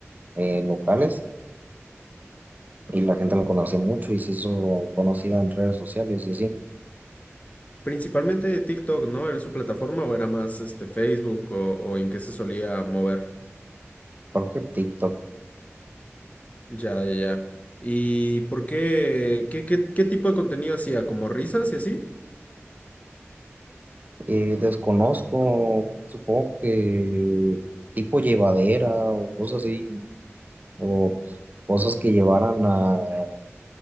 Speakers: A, on the right; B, on the left.
A: eh, locales y la gente lo conoce mucho y se hizo conocida en redes sociales y sí,
B: Principalmente de TikTok, ¿no? ¿Era su plataforma o era más este, Facebook o, o en qué se solía mover?
A: creo que TikTok.
B: Ya, ya, ya. ¿Y por qué? ¿Qué, qué, qué tipo de contenido hacía? ¿Como risas y así?
A: Eh, desconozco, supongo que tipo llevadera o cosas así. o cosas que llevaran a, a